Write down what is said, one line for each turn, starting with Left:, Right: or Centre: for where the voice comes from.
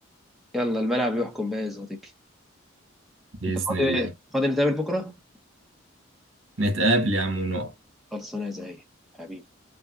Centre: يلا الملعب يحكم بقى يا صديقي
Right: باذن
Centre: انت فاضي
Right: الله
Centre: فاضي نتقابل بكره
Right: نتقابل يا عم ونقعد
Centre: خلصانه يا زعيم حبيبي